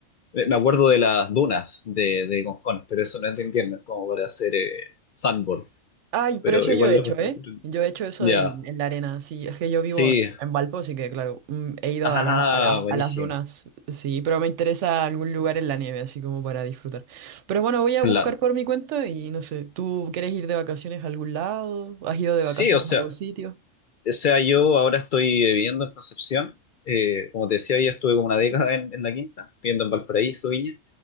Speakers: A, on the left; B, on the right.
A: Me me acuerdo de las dunas de, de Concón, pero eso no es de invierno, es como para hacer eh, sandboard.
B: Ay, pero
A: Pero
B: eso
A: igual
B: yo he hecho,
A: es bastante.
B: ¿eh? Yo he hecho eso
A: Ya,
B: en, en la arena, sí. Es que yo vivo
A: sí.
B: en Valpo, así que claro, mm, he ido
A: Ah,
B: a las, a las,
A: buenísimo.
B: a las dunas, sí, pero me interesa algún lugar en la nieve, así como para disfrutar. Pero bueno, voy a
A: Claro.
B: buscar por mi cuenta y no sé, ¿tú quieres ir de vacaciones a algún lado? ¿Has ido de
A: Sí,
B: vacaciones
A: o sea,
B: a algún sitio?
A: o sea, yo ahora estoy eh, viviendo en Concepción. Eh, como te decía, ya estuve como una década en, en La Quinta, viviendo en Valparaíso, Viña.